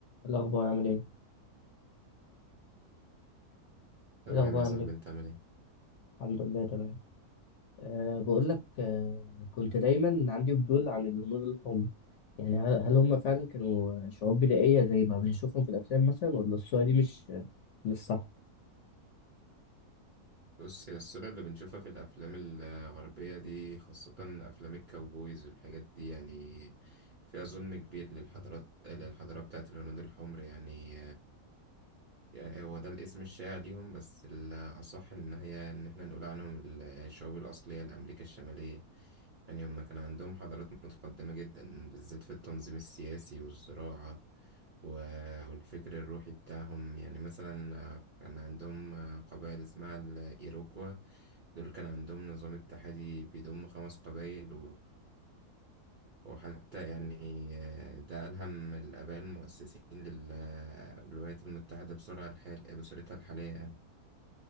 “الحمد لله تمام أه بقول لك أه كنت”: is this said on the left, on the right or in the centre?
Left